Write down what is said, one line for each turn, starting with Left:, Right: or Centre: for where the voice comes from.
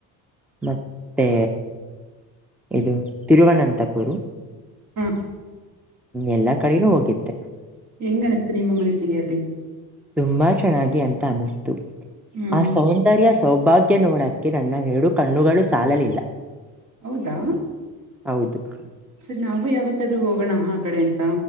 Centre: ಮತ್ತೆ ಇದು ತಿರುವನಂತಪುರು. <inaudible>
Right: ಹಾ <inaudible>
Centre: ಎಲ್ಲಾ ಕಡೆನೂ ಹೋಗಿದ್ದೆ. <inaudible>
Right: ಹೆಂಗ ಅನ್ಸತೂ ನಿಮ್ಮ ಮನಸ್ಸಿಗೆ ಅಲ್ಲಿ. <inaudible>
Centre: ತುಂಬಾ ಚೆನ್ನಾಗಿ ಅಂತ ಅನಿಸ್ತು
Right: ಹ್ಮ್
Centre: ಆ ಸೌ <inaudible> ಸೌಂದರ್ಯ ಸೌಭಾಗ್ಯ ನೋಡಕ್ಕೆ ನನ್ನ ಎರಡು ಕಣ್ಣುಗಳು ಸಾಲಲಿಲ್ಲ. <inaudible>
Right: ಹೌದಾ? <inaudible>
Centre: ಹೌದು? <inaudible>
Right: ಸರ್ ನಾವು ಯಾವತ್ತಾದ್ರೂ ಹೋಗೋಣ ಆ ಕಡೆ ಅಂತ